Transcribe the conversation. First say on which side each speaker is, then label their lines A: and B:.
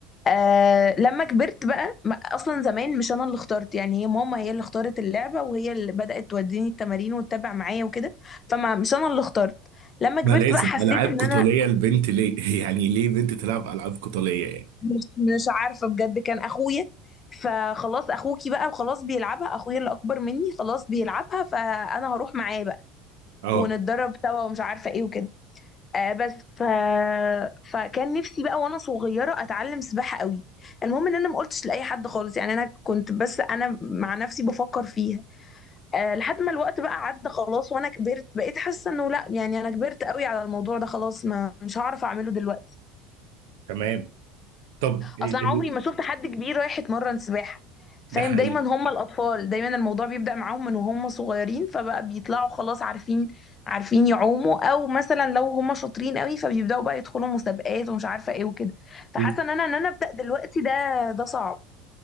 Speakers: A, on the left; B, on the right.
A: آه لما كبرت بقى ما- اصلا زمان مش انا اللي اخترت يعني هي ماما هي اللي اختارت اللعبه وهي اللي بدات توديني التمارين وتتابع معايا وكده فما مش انا اللي اخترت لما كبرت
B: ما لازم
A: بقى حسيت
B: العاب
A: ان
B: قتاليه
A: انا
B: البنت ليه <laughs> يعني ليه بنت تلعب العاب قتاليه يعني
A: مش مش عارفه بجد كان اخويا فخلاص اخوكي بقى وخلاص بيلعبها اخويا اللي اكبر مني خلاص بيلعبها فانا هروح معاه بقى
B: اه
A: ونتدرب سوا ومش عارفه ايه وكده آه بس ف... فكان نفسي بقى وانا صغيره اتعلم سباحه قوي المهم ان انا ما قلتش لاي حد خالص يعني انا كنت بس انا مع نفسي بفكر فيها آه لحد ما الوقت بقى عدى خلاص وانا كبرت بقيت حاسه انه لا يعني انا كبرت قوي على الموضوع ده خلاص ما مش هعرف اعمله دلوقتي
B: تمام طب إيه
A: اصلا
B: دل-
A: عمري ما شفت حد كبير رايح يتمرن سباحه فاهم
B: ده حقيقي
A: دايما هم الاطفال دايما الموضوع بيبدأ معاهم من وهم صغيرين فبقى بيطلعوا خلاص عارفين عارفين يعوموا او مثلا لو هم شاطرين قوي فبيبدأوا بقى يدخلوا مسابقات ومش عارفه ايه وكده فحاسه
B: و-
A: ان انا ان انا ابدأ دلوقتي ده ده صعب